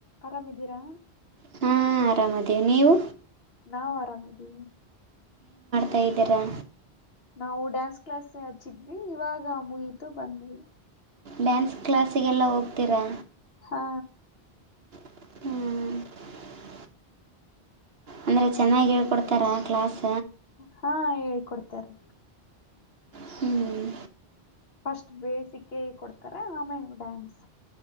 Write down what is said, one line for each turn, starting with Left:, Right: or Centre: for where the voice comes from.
Left: ಆರಾಮಿದ್ದೀರಾ
Right: ಹಾ ಆರಾಮದೇ ನೀವು
Left: ನಾವು ಆರಾಮ್ದೀ
Right: ಕೈದರಾ
Left: ನಾವು ಡ್ಯಾನ್ಸ್ ಕ್ಲಾಸ್ ಹಚ್ಚಿದ್ವಿ ಇವಾಗ ಮುಗೀತು ಬಂದ್ವಿ
Right: ಡ್ಯಾನ್ಸ್ ಕ್ಲಾಸಿಗೆಲ್ಲ ಹೋಗ್ತೀರಾ
Left: ಹಾ.
Right: ಹ್ಮ್. ಅಂದ್ರೆ ಚೆನ್ನಾಗಿ ಹೇಳ್ಕೊಡ್ತಾರ ಕ್ಲಾಸ್.
Left: ಹಾ ಹೇಳ್ಕೊಡ್ತಾರೇ
Right: ಹ್ಮ್.
Left: ಫಸ್ಟ್ ಬೇಸಿಕ ಕೊಡ್ತಾರೆ ಆಮೇಲ ಡ್ಯಾನ್ಸ್.